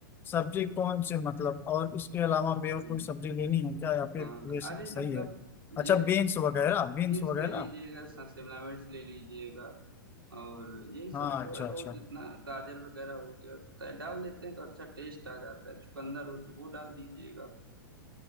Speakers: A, on the left; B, on the right.
A: सब्जी कौन सी मतलब और इसके अलावा भी और
B: हम्म
A: कोई सब्जी लेनी है क्या या फिर
B: हाँ
A: ये सही
B: अरे मतलब
A: है अच्छा
B: ये
A: बीन्स वगैरह
B: बीन्स
A: बीन्स वगैरह
B: ले लीजिएगा स- शिमला मिर्च ले लीजिएगा और यही सब
A: हाँ
B: थोड़ा
A: अच्छा
B: बहुत
A: अच्छा
B: जितना गाजर वगैरह हो गया तो क्या डाल देते हैं तो अच्छा टेस्ट आ जाता है चुकंदर हो तो वो डाल दीजिएगा